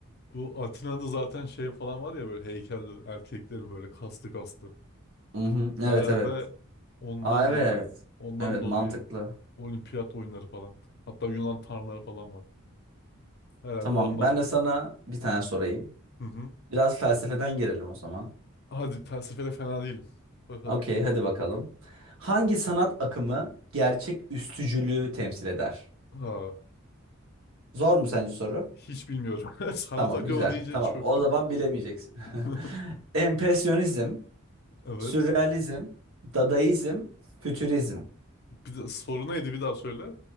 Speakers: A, on the left; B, on the right.
A: Bu Atina'da zaten şey falan var ya böyle heykeller erkeklerin böyle kaslı kaslı.
B: Mhm. Evet
A: Herhalde
B: evet.
A: ondan
B: Aa evet.
A: dolayı. Ondan
B: Evet
A: dolayı
B: mantıklı.
A: olimpiyat oyunları falan. Hatta Yunan tanrıları falan vardı. Herhalde
B: Tamam
A: ondan.
B: ben de sana bir tane sorayım.
A: Hı hı.
B: Biraz felsefeden girelim o zaman.
A: Hadi felsefede fena değilim. Bakalım.
B: Okey hadi bakalım. Hangi sanat akımı gerçek üstücülüğü temsil eder?
A: Ha,
B: Zor mu sence soru?
A: hiç bilmiyorum. <laughs> Sanat
B: Tamam
A: akımı
B: güzel.
A: deyince
B: Tamam
A: çöktüm.
B: o zaman bilemeyeceksin.
A: <laughs>
B: <laughs> Empresyonizm,
A: Evet.
B: sürrealizm, dadaizm, fütürizm.
A: Bir de soru neydi bir daha söyle.